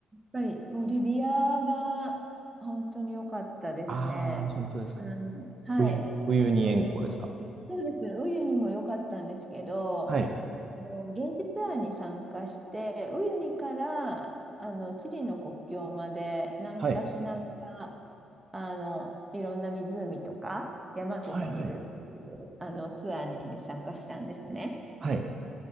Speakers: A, on the right; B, on the right.
A: ぱりボリビアが本当に良かったですね。
B: ああー、本当ですか。
A: あの、はい。
B: ウユ、ウユニ塩湖ですか。
A: あの、そうです。ウユニも良かったんですけど、
B: はい。
A: あの現地ツアーに参加して、ウユニからあのチリの国境まで南下しながら、
B: はい。
A: あのいろんな湖とか山とか見るっていうあのツアーに参加したんですね。
B: はいはい。はい。